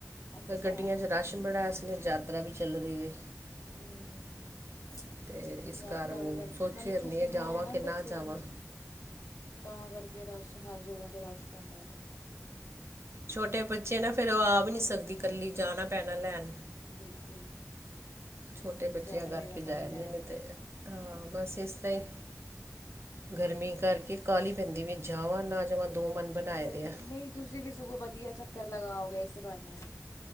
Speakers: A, on the left; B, on the right.
A: ਅੱਛਾ
B: ਗੱਡੀਆਂ ਚ ਰਸ ਬੜਾ ਹੈ ਇਸ ਯਤਰਾ ਵੀ ਚੱਲ ਰਹੀ ਹੈ।
A: ਹੂ,,,
B: ਅਤੇ ਇਸ
A: ਯਾਤਰਾ
B: ਕਾਰਨ
A: ਵਗੈਰਾ
B: ਸੋਚੇ
A: ਨਾਲੇ
B: ਰਹਿੰਦੀ
A: ਛੁੱਟੀਆਂ
B: ਹਾਂ ਜਾਵਾਂ
A: ਹੈ ਨਾ
B: ਕਿ
A: ਬੱਚਿਆਂ
B: ਜਾਵਾਂ
A: ਨੂੰ ਤਾਂ ਕਰਕੇ ਰਸ਼ ਹਰ ਜਗ੍ਹਾ ਤੇ ਰਸ਼ ਪੈਂਦਾ ਉਹਦਾ।
B: ਛੋਟੇ ਬੱਚੇ ਹੈ ਨਾ ਫਿਰ ਉਹ ਆ ਵੀ ਨਹੀਂ ਸਕਦੀ ਇਕੱਲੀ ਜਾਣਾ ਪੈਣਾ ਲੈਣ।
A: ਬਿਲਕੁਲ,
B: ਛੋਟੇ
A: ਹੁਣ
B: ਬੱਚਿਆਂ
A: ਤੇ ਜਾਣਾ
B: ਕਰਕੇ
A: ਪਏਗਾ ਤੁਹਾਨੂੰ
B: ਜਾਇਆ
A: ਲੈਣ
B: ਨੀ ਅਤੇ ਹਾਂ ਬਸ ਇਸ ਤਰ੍ਹਾਂ ਹੀ। ਗਰਮੀ ਕਰਕੇ ਕਾਲੀ ਪੈਂਦੀ ਵੀ ਜਾਵਾਂ ਨਾ ਜਾਵਾਂ। ਦੋ ਮਨ ਬਣਾਏ
A: ਵਧੀ
B: ਦੇ ਆ
A: ਨਹੀਂ ਤੁਸੀਂ ਵੀ ਸਗੋਂ ਵਧੀਆ ਚੱਕਰ ਲਗਾਓਗੇ ਇਸੇ ਬਹਾਨੇ!